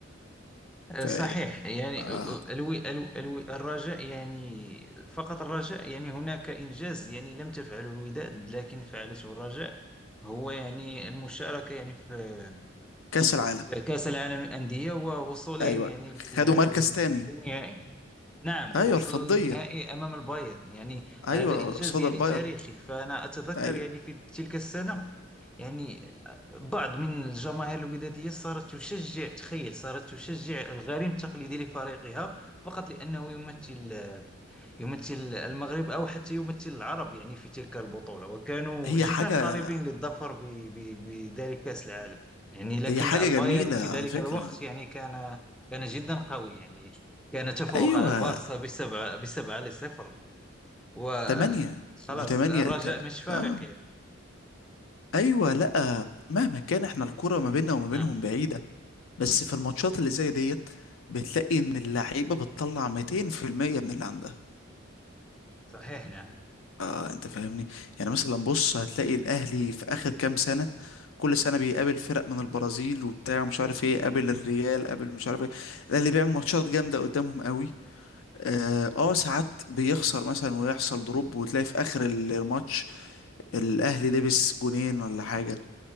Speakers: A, in the centre; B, on the left.
A: آه،
B: ف
A: صحيح يعني
B: آه،
A: آه، آه، الو الو الو الرجاء يعني فقط الرجاء يعني هناك إنجاز يعني لم تفعله الوداد لكن فعلته الرجاء هو يعني المشاركة يعني في
B: كأس العالم
A: كأس العالم للأندية ووصولهم
B: ايوه
A: يعني لل-
B: خدوا مركز
A: لل-
B: تاني
A: للنهائي نعم
B: ايوه
A: وصلوا
B: الفضية
A: للنهائي أمام البايرن يعني
B: ايوه
A: هذا إنجاز
B: قصاد
A: يعني
B: البايرن
A: تاريخي فأنا أتذكر
B: ايوه
A: يعني في تلك السنة يعني بعض من الجماهير الودادية صارت تشجع تخيل صارت تشجع الغريم التقليدي لفريقها فقط لأنه يمثل يمثل المغرب أو حتى يمثل العرب يعني في تلك البطولة وكانوا
B: هي
A: جدا
B: حاجة
A: قريبين للظفر ب- ب- بذلك كأس العالم يعني لكن
B: هي حاجة
A: البايرن
B: جميلة
A: في
B: على
A: ذلك
B: فكرة
A: الوقت يعني كان كان جدا قوي يعني كان تفوق
B: ايوه
A: على البارسا بسبعة بسبعة لصفر وخلاص
B: تمانية وتمانية
A: الرجاء
B: ت...
A: مش فارق
B: اه
A: يعني
B: ايوه لا مهما كان احنا الكرة ما بيننا وما بينهم
A: نعم
B: بعيدة بس في الماتشات اللي زي ديت بتلاقي ان اللعيبة بتطلع 200% من اللي عندها
A: صحيح نعم
B: اه انت فاهمني يعني مثلا بص هتلاقي الاهلي في اخر كام سنة كل سنة بيقابل فرق من البرازيل وبتاع مش عارف ايه قابل الريال قابل مش عارف ايه الاهلي بيعمل ماتشات جامدة قدامهم قوي اه آه، ساعات بيخسر مثلا ويحصل دروب وتلاقي في اخر ال- الماتش الاهلي لبس جونين ولا حاجه